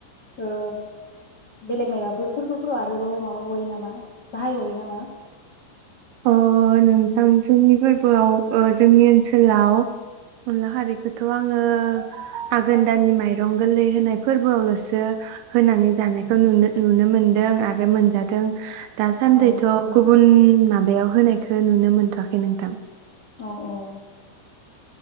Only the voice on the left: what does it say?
ओ बेलेग मायबाफोर फोरबोफोराव आरोबाव माबा बावयो नामा बाहायबावयो नामा
औ
अ ओ